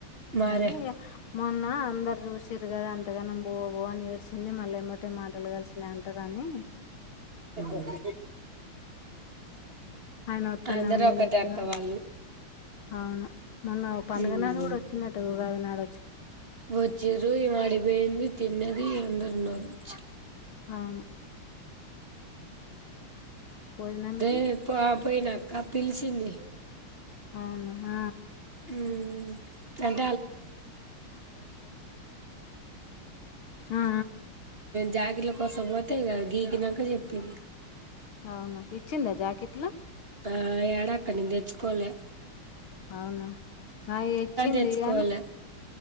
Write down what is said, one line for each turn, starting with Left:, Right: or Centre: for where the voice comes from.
Right: మరే
Left: గాని ఇగ మొన్న అందరు జూసీర్రు గదా అంతగానం బో బో ఏడ్సింది మళ్లి ఏమ్మటే మాటలు కలిసినాయ్ అంటారు అని
Right: ఊమ్
Left: ఆయన వత్తనే
Right: అందరూ
Left: ఉండే
Right: ఒక్కటే
Left: చెత్తనే
Right: అక్క వాళ్ళు
Left: అవును మొన్న పండుగ
Right: ఉమ్
Left: నాడు గూడా వచ్చింనంట ఉగాదినాడు
Right: వచ్చిర్రు ఈమే అడిపేయింది తిన్న ది అందరున్నారు వోచ్
Left: ఆవును భోజనానికి
Right: అదే పా పోయినక్క పిలిచింది
Left: అవున
Right: <unintelligible> నేన్
Left: ఆ
Right: జా దీండ్ల కోసం పోతే ఇంగ గీకి నంక జొ ప్పింది
Left: అవునా ఇచ్చిందా జాకెట్ లు
Right: ఆ యాడా అక్క నేన్ దెచ్చుకోలా
Left: అవునా అయి ఇచ్చింది
Right: తెచ్చుకోలే
Left: గాని